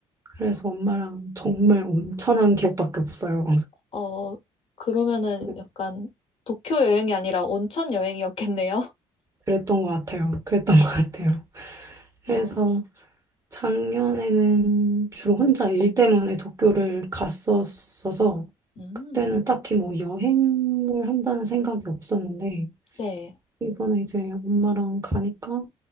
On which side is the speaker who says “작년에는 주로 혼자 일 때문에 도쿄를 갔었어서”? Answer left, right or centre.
Right